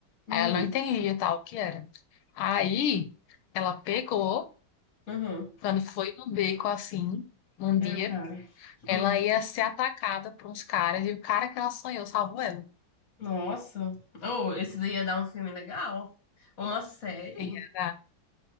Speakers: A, on the left (about 45°); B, on the left (about 80°).
A: Uhum.
B: Aí ela não entendia tal o que era. Aí ela pegou
A: Aham.
B: Quando foi no beco assim, um
A: É
B: dia,
A: o cara.
B: ela
A: Hum.
B: ia ser atacada por uns caras e o cara que ela sonhou salvou ela.
A: Nossa. Oh, esse daí ia dar um filme legal. Uma série.
B: Ia dar,